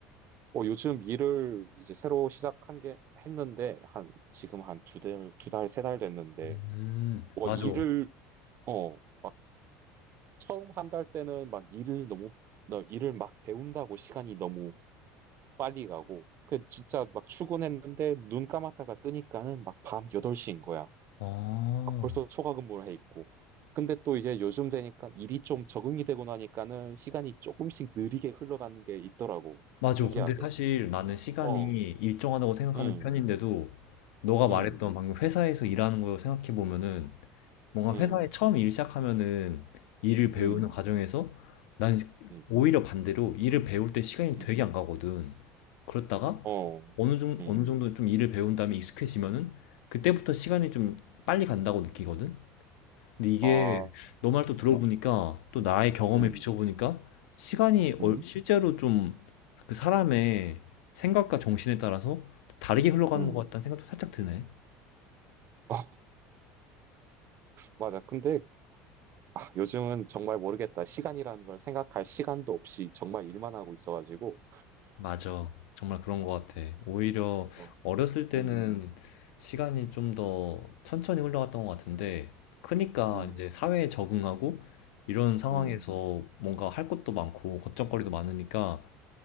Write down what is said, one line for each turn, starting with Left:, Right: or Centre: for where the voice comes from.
Right: 어, 요즘 일을 이제 새로 시작한 게, 했는데, 한, 지금 한 두 달, 두 달, 세 달 됐는데,
Left: 음,
Right: 어,
Left: 맞아.
Right: 일을, 어, 막 처음 한 달 때는 막 일을 너무, 너 일을 막 배운다고 시간이 너무 빨리 가고, 그 진짜 막 출근했는데, 눈 감았다가 뜨니까는 막 밤 8시인 거야.
Left: 어,
Right: 벌써 초과 근무를 해 있고. 근데 또 이제 요즘 되니까 일이 좀 적응이 되고 나니까는 시간이 조금씩 느리게 흘러가는 게 있더라고.
Left: 맞아.
Right: 신기하게.
Left: 근데 사실 나는 시간이
Right: 어,
Left: 일정하다고 생각하는
Right: 음,
Left: 편인데도 너가 말했던
Right: 음,
Left: 방금 회사에서 일하는 거 생각해 보면은 뭔가
Right: 음,
Left: 회사에 처음 일 시작하면은 일을 배우는
Right: 음,
Left: 과정에서 난
Right: 음,
Left: 오히려 반대로 일을 배울 때 시간이
Right: 음,
Left: 되게 안 가거든. 그렇다가
Right: 어,
Left: 어느 정,
Right: 음,
Left: 어느 정도 좀 일을 배운 다음에 익숙해지면은 그때부터 시간이 좀 빨리 간다고 느끼거든. 근데 이게
Right: 아, 어,
Left: 너 말 또 들어보니까 또 나의 경험에
Right: 음,
Left: 비춰보니까 시간이 얼-
Right: 음,
Left: 실제로 좀 그 사람의 생각과 정신에 따라서 좀 다르게 흘러가는
Right: 음.
Left: 것 같다는 생각도 살짝 드네.
Right: 아, 맞아. 근데 아, 요즘은 정말 모르겠다. 시간이라는 걸 생각할 시간도 없이 정말 일만 하고 있어가지고.
Left: 맞아. 정말 그런 것
Right: 어,
Left: 같아. 오히려
Right: 어,
Left: 어렸을 때는
Right: 음,
Left: 시간이 좀 더 천천히 흘러갔던 것 같은데, 크니까
Right: 음,
Left: 이제 사회에 적응하고 이런 상황에서
Right: 음,
Left: 뭔가 할 것도 많고 걱정거리도 많으니까